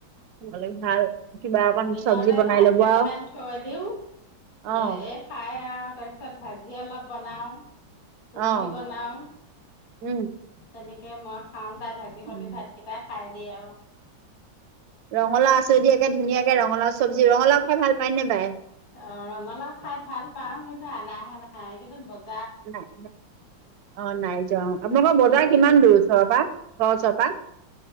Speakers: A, on the right; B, on the left.
A: খাব লৈ ভাল কিবা অকণ
B: দিনতে
A: চব্জি বনাই
B: ভাত
A: ল'ব
B: কেইটামান
A: আৰু
B: থৈ দিওঁ,
A: অ'
B: এ-এ খাই আৰু তাৰপিছত ভাজি অলপ বনাওঁ
A: অ',
B: ৰুটি বনাওঁ,
A: উম
B: তেনেক <unintelligible> খাওঁ তাই ভাজিসৈতে
A: উম
B: ভাতকেইটা খাই এওঁ
A: ৰঙলাউ আছে যদি একে ধুনীয়াক কে ৰঙালাওৰ চবজি, ৰঙালাও খাই ভাল পায় নে বাই?
B: অ', ৰঙালাও খাই ভাল পাওঁ, কিন্তু অনাহে নাই ই, এইকেইদিন বজ
A: নাই, অ', নাই যোৱা অ', আপোনালোকৰ বজাৰ
B: উম
A: কিমান দূৰ ওচৰৰ পৰা? ঘৰৰ ওচৰৰ পৰা?